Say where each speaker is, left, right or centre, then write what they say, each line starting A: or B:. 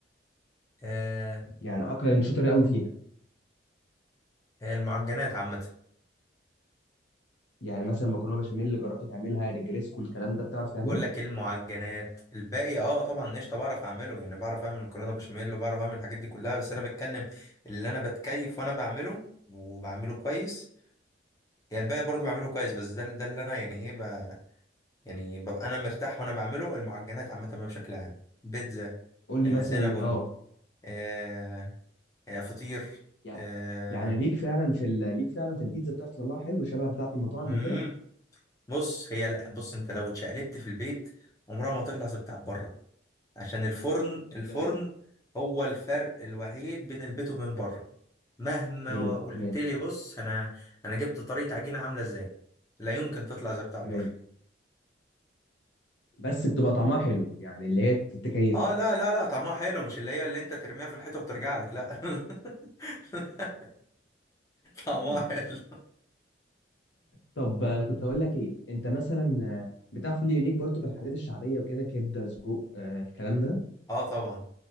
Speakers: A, on the left (about 20°); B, on the left (about 70°).
A: <laughs>
B: يعني اكله انت شاطر قوي فيها
A: ياه المعجنات عامة
B: يعني مثلا مكرونه بشاميل اللي جربت تعملها نجريسكو الكلام ده بتعرف تعمله
A: بقول لك إيه المعجنات الباقي اه طبعا قشطه بعرف اعمله يعني بعرف اعمل مكرونه بشاميل وبعرف اعمل الحاجات دي كلها بس انا بتكلم اللي انا بتكيف وانا بعمله وبعمله كويس يعني الباقي برضو بعمله كويس بس ده ده اللي انا يعني ايه ب... يعني ببقى انا مرتاح وانا بعمله المعجنات عامه بقى بشكل عام بيتزا
B: قول لي
A: آه
B: مثلا
A: سينابون
B: اه
A: آه آه فطير
B: يعني
A: آه
B: يعني ليك فعلا في ال... ليك فعلا في البيتزا بتعرف تطلعها حلو شبه بتاعه المطاعم
A: مم.
B: وكده
A: بص هي لا بص انت لو اتشقلبت في البيت عمرها ما هتطلع زي بتاع بره عشان الفرن الفرن
B: تمام
A: هو الفرق الوحيد بين البيت وبين بره مهما
B: حلو
A: قلت
B: تمام
A: لي بص انا انا جبت طريقة عجينة عاملة ازاي لا يمكن تطلع زي بتاع
B: تمام
A: بره
B: بس بتبقى طعمها حلو يعني اللي هي تكيفك
A: اه لا لا لا طعمها حلو مش اللي هي اللي انت ترميها في الحيطة وترجع لك لا <laughs> طعمها
B: <laughs>
A: حلو
B: طب آه، كنت هقول لك ايه انت مثلا آه، بتعرف ليه ليك برضو في الحاجات الشعبيه وكده كبده سجق آه، الكلام ده
A: اه طبعا